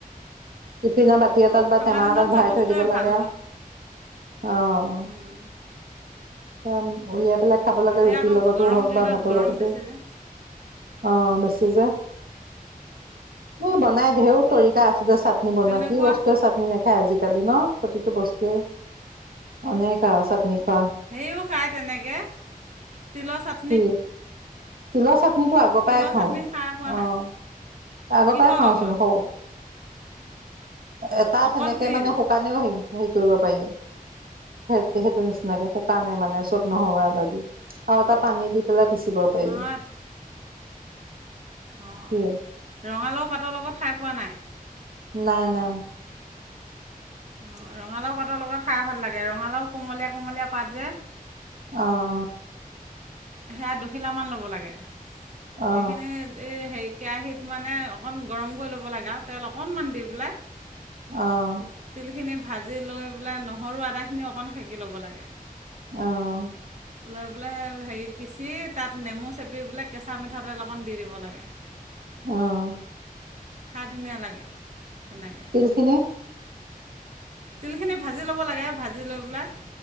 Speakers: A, on the right; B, on the right.
A: টিফিনৰ বাতি এটাত
B: অঁ
A: বা
B: ঠাণ্ডা
A: টেমা
B: দিনত
A: এটাত ভৰাই
B: চব বস্তুৱে
A: থৈ দিব
B: ভাল
A: লাগে আৰু অ'
B: উম,
A: দম উলিয়াই পেলাই খাব লাগে
B: এতিয়া
A: ৰুটিৰ
B: আকৌ
A: লগতো
B: গৰম
A: হওক
B: দিনত
A: বা ভাতৰ
B: গৰম
A: লগতো,
B: বেছি যে
A: অ' বেছি যে। এ বনাই ঢেৰ তৰিকা আছে যে চাটনি বনোৱা
B: তেনেকুৱা
A: কি বস্তুৱে, চাটনি নেখায় আজি কালি ন প্ৰতিটো বস্তুৱে, অনেক আৰু চাটনি খোৱা।
B: সেইও খায় তেনেকে, তিলৰ চাট
A: কি? তিলৰ চাটনি টো আগৰ
B: তিলৰ
A: পৰাই খাও
B: চাটনি খাই পোৱা
A: অ'
B: নাই
A: আগৰ
B: কিহৰ
A: পৰাই খাও
B: লগত
A: চুন, সৰু এটা
B: অকল
A: সেনেকে
B: তিল
A: মানে, শুকালেও হে-হেৰি কৰিব পাৰি। সেই-সেইটো নিচিনাকে শুকানে মানে ছব নহৰু, আদা দি। বা পানী দি পেলাই পিচিব পাৰি।
B: নহয় অ'
A: কি
B: ৰঙালাও পাতৰ লগত খাই পোৱা নাই?
A: নাই, নাই।
B: অ' ৰঙালাও পাতৰ লগত খাই ভাল লাগে ৰঙালাও কোমলীয়া, কোমলীয়া পাত যে।
A: অ',
B: সেয়া দুখিলামান ল'ব লাগে
A: অ
B: সেইখিনি এই সেই কেৰাহীত মানে অকণ গৰম কৰি ল'ব লাগে আৰু তেল অকণমান দি পেলাই।
A: অ অ
B: তিলখিনি ভাজি লৈ পেলাই নহৰু আদাখিনি অকণমান সেকি ল'ব লাগে।
A: অ',
B: লয় পেলায় হেৰি পিচি তাত নেমু চেপি পেলাই কেঁচা-মিঠাতেল অকণ দি দিব লাগে।
A: অ',
B: খাই ধুনীয়া লাগে তেনেকে।
A: তিলখিনি
B: তেলখিনি ভাজি ল'ব লাগে ভাজি লৈ পেলাই